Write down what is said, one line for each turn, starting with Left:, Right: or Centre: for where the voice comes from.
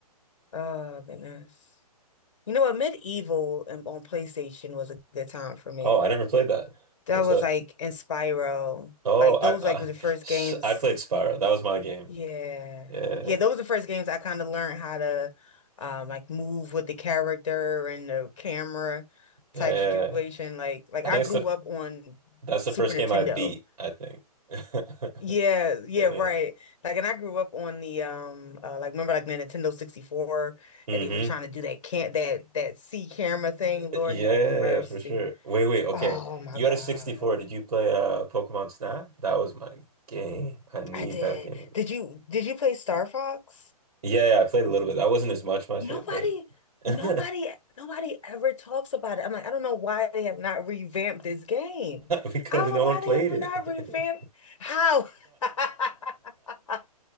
Left: Oh goodness. You know what? Medieval and on PlayStation was a good time for me.
Right: oh, I never played that.
Left: That
Right: What's
Left: was
Right: that?
Left: like in Spyro.
Right: Oh,
Left: Like
Right: I
Left: those
Right: uh,
Left: like were the first
Right: <laughs>
Left: games.
Right: I played Spyro. That was my game.
Left: Yeah.
Right: Yeah.
Left: Yeah, those were the first games I kind of learned how to um like move with the character and the camera
Right: Yeah,
Left: type situation. Like like
Right: I
Left: I
Right: think
Left: grew
Right: it's the
Left: up on
Right: that's
Left: Super
Right: the first
Left: Nintendo.
Right: game I beat, I think. <laughs>
Left: Yeah, yeah,
Right: Yeah.
Left: right. Like, and I grew up on the um, uh, like remember like the Nintendo 64,
Right: hmm
Left: and they were trying to do that can't that that C camera thing.
Right: Yeah,
Left: Lord
Right: yeah,
Left: have mercy.
Right: for sure. Wait, wait, okay.
Left: Oh my
Right: You
Left: God,
Right: had a 64. Did you play uh Pokemon Snap? That was my game. I need
Left: I did.
Right: that game.
Left: Did you did you play Star Fox?
Right: Yeah, yeah, I played a little bit. That wasn't as much my shit,
Left: Nobody,
Right: but <laughs>
Left: nobody, nobody ever talks about it. I'm like, I don't know why they have not revamped this game.
Right: because
Left: I don't
Right: no
Left: know why
Right: one played
Left: they have not
Right: it.
Left: revamped how. <laughs>